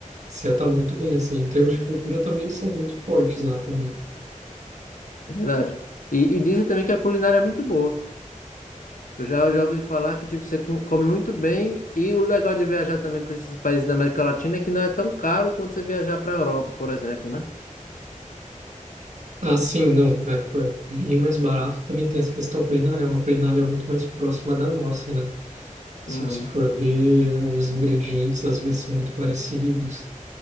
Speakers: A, on the right; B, on the left.
A: você tá muito bem, assim, em termos de cultura também eles são muito fortes lá também.
B: É Verdade. E, e dizem também que a culinária é muito boa. Eu já, eu já ouvi falar que, tipo, você co- come muito bem. E o legal de viajar também para esses países da América Latina é que não é tão caro quanto você viajar para a Europa, por exemplo, né?
A: Ah, sim, não. É, é bem mais barato. Também tem essa questão culinária. É uma culinária muito mais próxima da nossa, né? Se
B: Uhum.
A: você for ver, os ingredientes às vezes são muito parecidos.